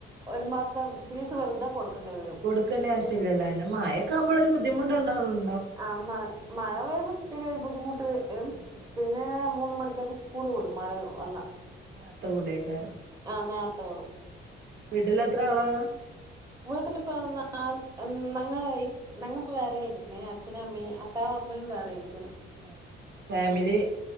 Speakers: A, on the right; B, on the right.
A: ഒരു മാസത്തെ ഫീസ് വെറുതെ കൊടുക്കണ്ടി വരും.
B: കൊടുക്കേണ്ട ആവശ്യല്ലല്ലോ പിന്നെ മഴക്കാവുമ്പോളാ ഒരു ബുദ്ധിമുട്ടുഉണ്ടാവും.
A: ആ മഴ മഴ വരുമ്പോ ഇത്തിരി ഒരു ബുദ്ധിമുട്ട് വരും
B: ബുദ്ധിമുട്ട്
A: പിന്നെ മൂന്ന് മണിക്കൊക്കെ സ്ക്കൂ ളു വിടും മഴ വന്നാ.
B: നേർത്ത വിടേക്കാരം.
A: ആഹ് നേർത്തെ വിടും.
B: വീട്ടില് എത്ര ആള?
A: വീട്ടിലിപ്പം നാൻ നങ്ങ നങ്ങപ്പോ വേറെ ഇരിക്കുന്നേ അച്ഛനും അമ്മയും അത്താവും അമ്മയും വേറെ ഇരിക്കണ്.
B: അതെ ഫാമിലി
A: ഉം